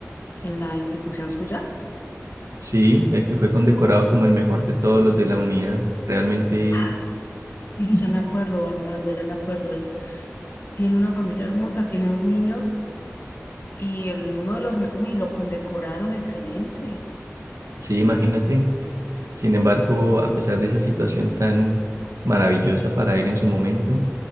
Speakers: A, on the left; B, on the right.
A: en la institución suya.
B: Sí, el que fue condecorado como el mejor de todos los de la unidad. Realmente,
A: Ah, s- sí, ya me acuerdo, Armando, ya me acuerdo. Él tiene una familia hermosa, tiene dos niños y el, uno de los, me- uy, lo condecoraron excelente.
B: sí, imagínate. Sin embargo, a pesar de esa situación tan maravillosa para él en su momento,